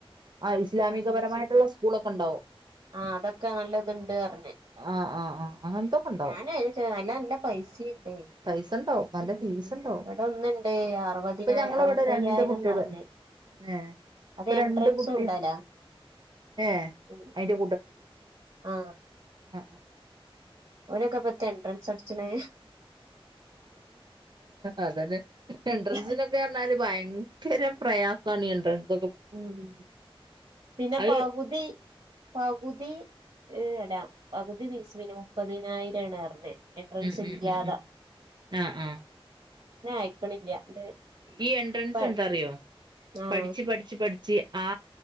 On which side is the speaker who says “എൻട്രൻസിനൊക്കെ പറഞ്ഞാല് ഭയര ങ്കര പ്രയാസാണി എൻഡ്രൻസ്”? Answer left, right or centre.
Right